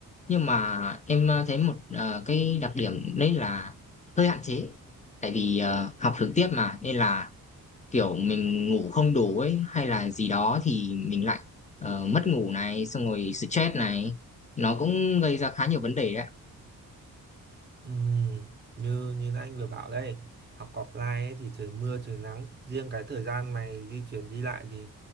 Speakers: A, on the left; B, on the right.
A: Nhưng mà em ờ, thấy một ờ, cái đặc điểm đấy là hơi hạn chế. Tại vì ờ, học trực tiếp mà nên là kiểu mình ngủ không đủ ấy hay là gì đó thì mình lại ờ, mất ngủ này, xong rồi stress này, nó cũng gây ra khá nhiều vấn đề đấy.
B: Ừm, như như anh vừa bảo đây học offline ấy, thì trời mưa trời nắng riêng cái thời gian mày di chuyển đi lại thì